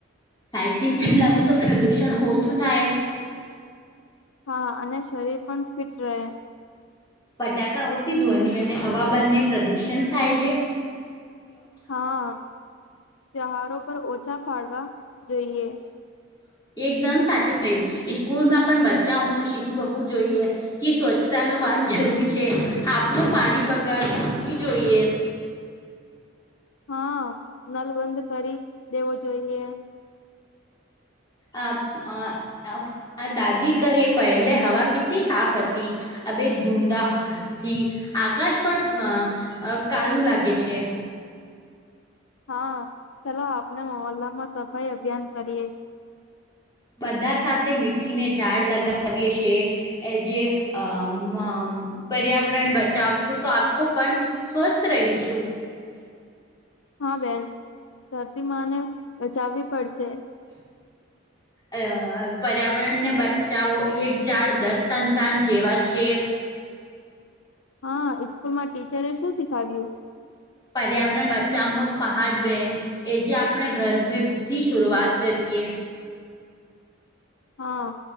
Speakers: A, on the left; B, on the left.
A: સાયકલ ચલાવો તો પ્રદુષણ ઓછું થાય.
B: હા અને શરીર પણ ફિટ રહે.
A: ફટાકાઓતી ધ્વનિ અને હવા બંને પ્રદૂષણ થાય છે.
B: હા ત્યહારો પર ઓછા ફાળવા જોઈએ.
A: એકદમ સાચું નયું સ્કૂલ માં પણ બચ્ચાઓનું શીખવવું જોઈએ. કે સ્વચ્છતા ન પાઠ જરૂરી છે આપણ પાણી બગાડતું નહી જોઈએ.
B: હા નલબંધ કરી દેવો જોઈએ.
A: આ અ અ દાદી કહે પહેલે હવા કેટલી સાફ હતી આ બે ધૂંધાથી આકાશ પણ અ કાલું લાગે છે.
B: હા ચલો આપણે મોલ્લામાં સફાઈ અભિયાન કરીએ
A: બધા સાથે મીઠીને ઝાડ લગાવીએ છે. એ જે અ મ પર્યાવરણ બચાવશું તો આપકો પણ સ્વસ્થ રહીશું
B: હા બેન ધરતી માને બચાવવી પડશે
A: અ પર્યાવરણ ને બચાવો એક ઝાડ દસ સંતાન જેવા છે.
B: હા ઈસ્કુલ માં ટીચરે શું શીખાવ્યું?
A: પર્યાવરણ બચાવનો પહાડ બેન એ જે આપણે ઘર થી શરૂઆત કરીએ
B: હા